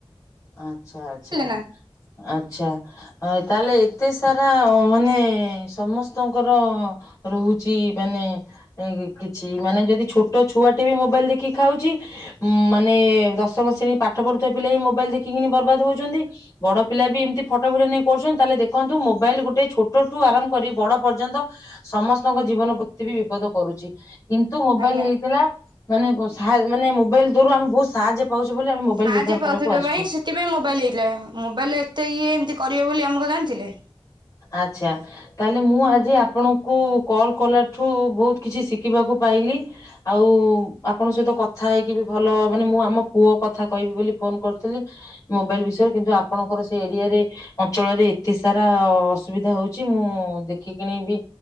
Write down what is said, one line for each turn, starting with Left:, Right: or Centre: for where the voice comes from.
Left: ଆଚ୍ଛା ଆଚ୍ଛା-
Right: ନା
Left: ଆଚ୍ଛା। ହଁ ତାହେଲେ ଏତେ ସାରା ମାନେ ସମସ୍ତଙ୍କର ରହୁଚି ମାନେ ଏ କିଛି ମାନେ ଯଦି ଛୋଟ ଛୁଆଟେ ବି ମୋବାଇଲ୍ ଦେଖି ଖାଉଚି ଉଁ- ମାନେ ଦଶମ ଶ୍ରେଣୀ ପାଠ ପଢୁଥିବା ପିଲା ବି ମୋବାଇଲ୍ ଦେଖିକିନି ବର୍ବାଦ ହଉଚନ୍ତି ବଡ ପିଲା ବି ଏମିତି ଫଟୋ ଭିଡିଓ ନେଇ କରୁଚନ୍ତି ତାହେଲେ ଦେଖନ୍ତୁ ମୋବାଇଲ୍ ଗୋଟେ ଛୋଟଠୁ ଆରମ୍ଭ କରି ବଡ ପର୍ଯ୍ୟନ୍ତ ସମସ୍ତଙ୍କ ଜୀବନ ପ୍ରତି ବି ବିପଦ କରୁଚି। କିନ୍ତୁ ମୋବାଇଲ୍
Right: ଆଜ୍ଞା
Left: ହେଇଥିଲା ମାନେ ସା- ମାନେ ମୋବାଇଲ୍ ଦରୁ ଆମେ ବହୁତ୍ ସାହାଯ୍ୟ ପାଉଛୁ ବୋଲି ଆମେ ମୋବାଇଲ
Right: ସାହାଯ୍ୟ
Left: ବ୍ୟବହାର କରିବାକୁ
Right: ପାଉଥିଲେ
Left: ଆସିଛୁ।
Right: ପାଇଁ ସେଥିପାଇଁ ମୋବାଇଲ୍ ହେଇଥିଲା ମୋବାଇଲ ଏତେ ଇଏ ଏମିତି କରିବେ ବୋଲି ଆମେ କଣ ଜାଣିଥିଲେ।
Left: ଆଚ୍ଛା ତାହେଲେ ମୁଁ ଆଜି ଆପଣଙ୍କୁ କଲ କଲାଠୁ ବହୁତ କିଛି ଶିଖ ଶିଖିବାକୁ ପାଇଲି ଆଉ ଆପଣଙ୍କ ସହିତ କଥା ହେଇକି ବି ଭଲ ମାନେ ମୁଁ ଆମ ପୁଅ କଥା କହିବି ବୋଲି ଫୋନ କରିଥିଲି। ମୋବାଇଲ ବିଷୟରେ କିନ୍ତୁ ଆପଣଙ୍କର ସେ ଏରିଆରେ ଅଞ୍ଚଳରେ ଏତେ ତାର ଅସୁବିଧା ହଉଛି ମୁଁ ଦେଖିକିଣିବି